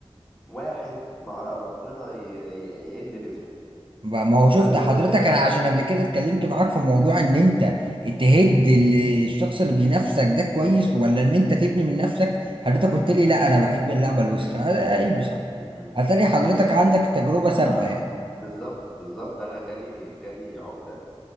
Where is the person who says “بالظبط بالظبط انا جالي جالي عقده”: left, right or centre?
Centre